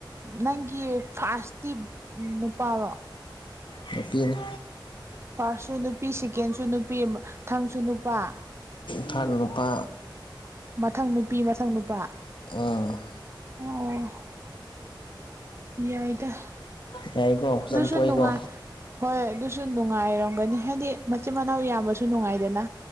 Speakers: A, on the right; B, on the left.
A: ꯅꯪꯒꯤ ꯐꯥꯔ꯭ꯁꯇꯤ ꯅꯨꯄꯥꯔꯣ
B: ꯅꯨꯄꯤꯅ
A: ꯐꯥꯔꯁꯁꯨ ꯅꯨꯄꯤ ꯁꯦꯀꯦꯟꯁꯨ ꯅꯨꯄꯤ ꯊꯥꯡꯁꯨ ꯅꯨꯄꯥ
B: ꯊꯥꯔꯗ ꯅꯨꯄꯥ
A: ꯃꯊꯪ ꯅꯨꯄꯤ ꯃꯊꯪ ꯅꯨꯄꯥ
B: ꯑꯥ
A: ꯑꯣ ꯌꯥꯏꯗ ꯑ
B: ꯌꯥꯏꯀꯣ ꯐꯖꯅ
A: ꯑꯗꯨꯁꯨ
B: ꯄꯣꯛꯏꯀꯣ
A: ꯅꯨꯡꯉꯥꯏ ꯍꯣꯏ ꯑꯗꯨ ꯨ ꯅꯨꯡꯉꯥꯏꯔꯝꯒꯅꯤ ꯍꯥꯏꯗꯤ ꯃꯆꯤꯟ ꯃꯅꯥꯎ ꯌꯥꯝꯕꯁꯨ ꯅꯨꯡꯉꯥꯏꯗꯅ